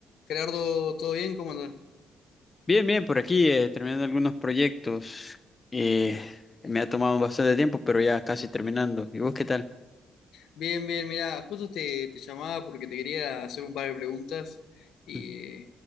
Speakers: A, on the left (about 75°); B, on the left (about 30°).
A: Gerardo, ¿todo bien? ¿Cómo andas?
B: Bien, bien, por aquí eh, terminando algunos proyectos. Eh, me ha tomado bastante tiempo, pero ya casi terminando. ¿Y vos qué tal?
A: Bien, bien, mira, justo te, te llamaba porque te quería hacer un par de preguntas y,
B: Ujú.